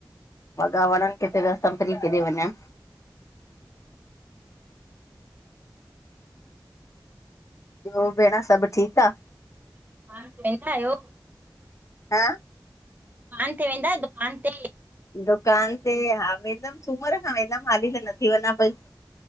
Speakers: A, on the left (about 40°); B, on the right (about 20°).
A: वॻा वणनि किथे सभु केॾे वञा। ॿियो भेण सभु ठीकु आ।
B: <unintelligible>
A: हा
B: दुकान ते वेंदा दुकान ते।
A: दुकान ते हा वेंदमि सूमर खां वेंदमि हाली त न थी वञा पई।